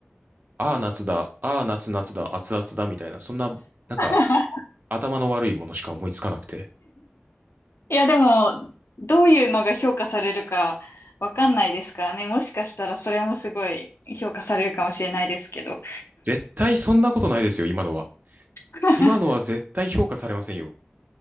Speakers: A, on the right (about 45°); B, on the left (about 75°).
A: ああ、夏だ、ああ、夏、夏だ、熱々だ、みたいな、そんな、なんか、
B: <laughs>
A: 頭の悪いものしか思いつかなくて。
B: いや、でも、どういうのが評価されるかわかんないですからね。もしかしたらそれもすごい評価されるかもしれないですけど。
A: 絶対そんなことないですよ、今のは。
B: <laughs>
A: 今のは絶対評価されませんよ。